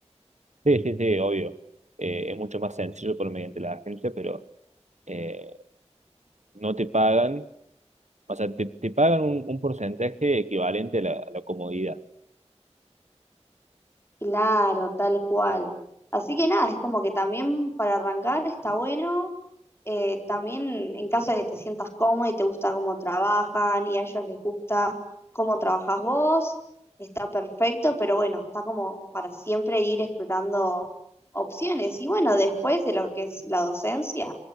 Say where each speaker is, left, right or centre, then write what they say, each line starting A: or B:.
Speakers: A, on the right (about 80°); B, on the left (about 20°).
A: Sí, sí, sí, obvio. Eh, es mucho más sencillo por mediante la agencia, pero eh, no te pagan, o sea, te, te pagan un, un porcentaje equivalente a la, a la comodidad.
B: Claro, tal cual. Así que nada, es como que también para arrancar está bueno. eh, también en caso de que te sientas cómodo y te gusta cómo trabajan y a ellos les gusta cómo trabajas vos, está perfecto, pero bueno, está como para siempre ir explorando opciones. Y bueno, después de lo que es la docencia,